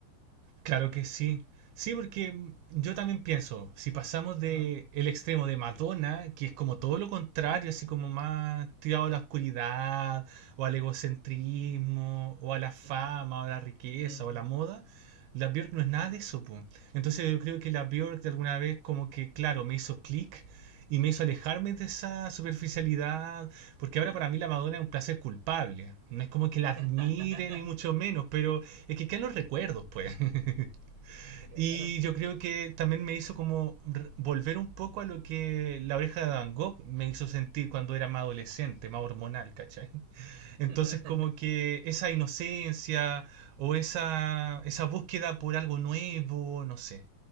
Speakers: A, on the right; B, on the right.
A: Claro que sí. Sí, porque mm, yo también pienso, si pasamos de
B: Ajá.
A: el extremo de Madonna, que es como todo lo contrario, así como más tirado a la oscuridad, o al egocentrismo, o a la fama,
B: Ujú,
A: o a la riqueza,
B: ujú,
A: o a la moda, la Björk no es nada
B: ujú,
A: de eso, po. Entonces
B: ujú,
A: yo creo que la Björk de alguna vez como que, claro, me hizo clic y me hizo alejarme de esa superficialidad, porque
B: mm.
A: ahora para mí la Madonna es un placer culpable. No es como que
B: <laughs>
A: la admire ni mucho menos, pero es que quedan los recuerdos, pues. <laughs>
B: Me queda
A: Y
B: claro.
A: yo creo que también me hizo como re- volver un poco a lo que la oreja de Van Gogh me hizo sentir cuando era más adolescente, más hormonal, ¿cachai? <laughs> Entonces
B: <laughs>
A: como que esa inocencia o esa, esa búsqueda por algo nuevo, no sé.